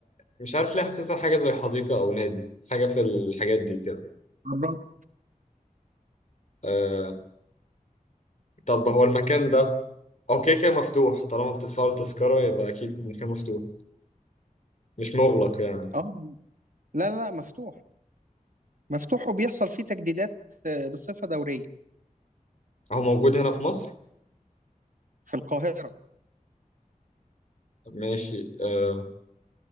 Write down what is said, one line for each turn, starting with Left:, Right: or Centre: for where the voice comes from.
Left: مش عارف ليه حاسسها حاجه زي حديقه او نادي حاجه في الحاجات دي كده
Right: بالظبط.
Left: آه طب هو المكان ده هو كده كده مفتوح طالما بتدفعوا التذكرة يبقى أكيد مكان مفتوح مش مغلق يعني
Right: اه لا لا لا، مفتوح مفتوح وبيحصل فيه تجديدات آه، بصفة دورية
Left: هو موجود هنا في مصر
Right: في القاهرة
Left: ماشي آه